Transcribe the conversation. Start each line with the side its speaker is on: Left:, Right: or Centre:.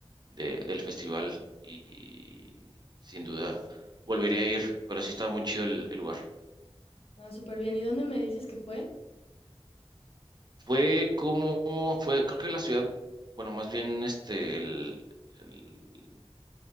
Right: de- del festival y sin duda volvería a ir, pero sí estaba muy chido el el lugar.
Left: Ah, súper bien. ¿Y dónde me dices que fue?
Right: Fue como, fue, creo que la ciudad, bueno, más bien este, el, el,